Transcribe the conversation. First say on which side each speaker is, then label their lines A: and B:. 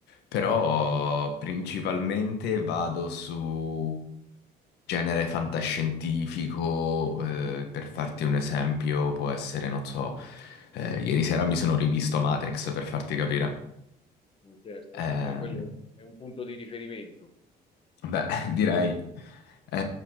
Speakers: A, on the left; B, on the left.
A: però principalmente vado su genere fantascientifico, eh, per farti un esempio, può essere, non so, eh, ieri sera mi sono rivisto Matrix, per farti capire.
B: Certo.
A: Ehm,
B: Beh, quello è un punto di riferimento.
A: Beh, <laughs> direi. Eh,